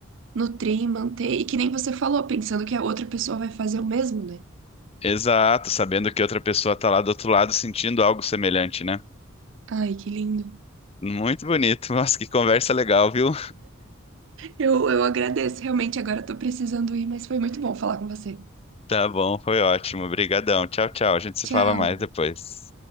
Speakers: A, on the right; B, on the left.
A: nutrir, manter, e que nem você falou, pensando que a outra pessoa vai fazer o mesmo, né?
B: Exato, sabendo que outra pessoa tá lá do outro lado sentindo algo semelhante, né?
A: Ai, que lindo.
B: Muito bonito. <laughs> Nossa, que conversa legal, viu?
A: Eu, eu agradeço, realmente agora eu tô precisando ir, mas foi muito bom falar com você.
B: Tá bom, foi ótimo. Obrigadão. Tchau, tchau. A gente se
A: Tchau.
B: fala mais depois.